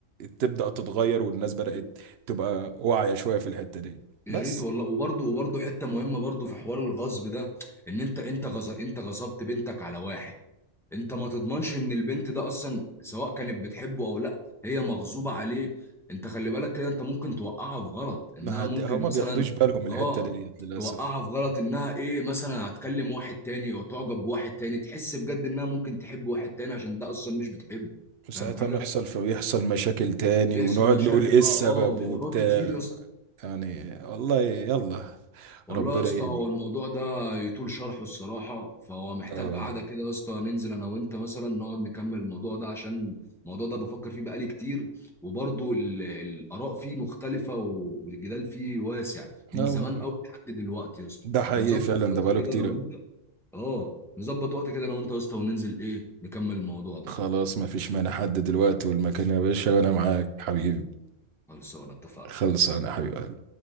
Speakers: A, on the right (about 60°); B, in the centre.
A: تبدأ تتغير والناس بدأت
B: و-
A: تبقى واعية شوية في الحتة دي
B: يا
A: بس
B: ريت والله وبرضه وبرضه حته مهمه برضه في حوار الغصب ده ان انت انت غص... انت غصبت بنتك على واحد انت ما تضمنش ان البنت ده اصلا سواء كانت بتحبه او لا هي مغصوبة عليه انت خلي بالك كده انت ممكن توقعها في غلط انها
A: ما
B: ممكن
A: هد... هما
B: مثلا
A: بياخدوش بالهم من
B: اه
A: الحتة دي للأسف
B: توقعها في غلط انها ايه مثلا هتكلم واحد تاني او تعجب بواحد تاني تحس بجد انها ممكن تحب واحد تاني عشان ده اصلا مش بتحبه
A: وساعتها
B: فاهم حاجة
A: نحصل في يحصل مشاكل تاني
B: بيحصل
A: ونقعد
B: مشاكل
A: نقول ايه
B: بقى
A: السبب
B: اه وحوارات
A: وبتاع
B: كتير يا اسطى
A: يعني والله يلا
B: والله
A: ربنا
B: يا اسطى
A: يهدي
B: هو الموضوع ده يطول شرحه الصراحة فهو محتاج
A: اه والله
B: قعدة كده يا اسطى ننزل أنا وأنت مثلا نقعد نكمل الموضوع ده عشان الموضوع ده بفكر فيه بقالي كتير وبرضه ال- الآراء فيه مختلفة و- والجدال فيه واسع من
A: اه
B: زمان
A: والله
B: أوي لحد دلوقتي يا اسطى
A: ده حقيقي
B: فنظبط
A: فعلا
B: وقت
A: ده بقاله
B: كده
A: كتير
B: أنا وأنت
A: أوي.
B: أه نظبط وقت كده أنا وأنت يا اسطى وننزل إيه نكمل الموضوع ده
A: خلاص ما فيش مانع حد دلوقتي والمكان يا باشا وانا معاك حبيبي
B: خلصانة اتفقنا
A: خلص انا حبيبي